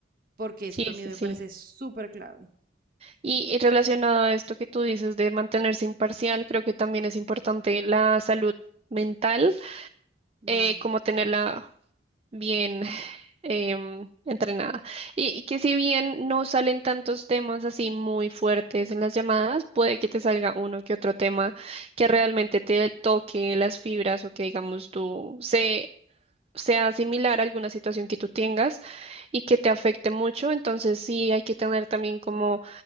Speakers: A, on the right; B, on the right.
A: porque
B: Sí,
A: eso también
B: sí,
A: me
B: sí.
A: parece súper clave.
B: Y, y relacionado a esto que tú dices de mantenerse imparcial, creo que también es importante la salud mental,
A: Mm.
B: eh, como tenerla bien em, entrenada. Y, y que si bien no salen tantos temas así muy fuertes en las llamadas, puede que te salga uno que otro tema que realmente te toque las fibras o que digamos tú se... sea similar a alguna situación que tú tengas y que te afecte mucho, entonces sí hay que tener también como